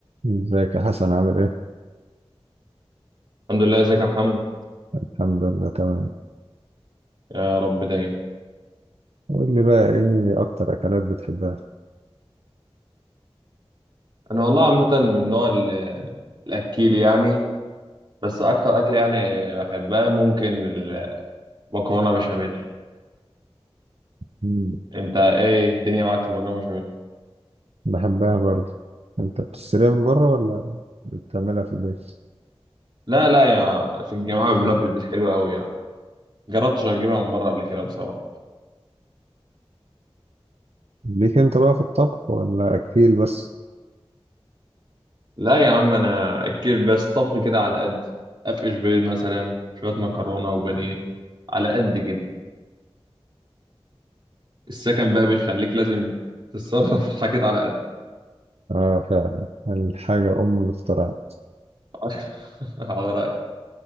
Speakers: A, on the right; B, on the right.
A: ازيك يا حسن عامل ايه؟
B: الحمد لله ازيك يا محمد
A: الحمد لله تمام
B: يا رب دايما
A: قول لي بقى ايه اكتر اكلات بتحبها؟
B: انا والله عامه من نوع ال- الاكيل يعني بس اكتر اكل يعني بحبها ممكن المكرونه بشاميل
A: مم.
B: انت ايه الدنيا معاك في المكرونه بشاميل
A: بحبها برضه انت بتشتريها من بره ولا بتعملها في البيت؟
B: لا لا يا في الجامعه بيعملوها في البيت حلوه قوي يعني جربتش اجيبها من بره قبل كده بصراحه
A: ليك انت بقى في الطبخ ولا اكيل بس؟
B: لا يا عم انا اكيل بس طبخ كده على قد افقش بيض مثلا شويه مكرونه وبانيه على قد كده السكن بقى بيخليك لازم تتصرف <laughs> حاجات على قد
A: اه فعلا الحاجة ام الاختراع
B: <laughs> على رأيي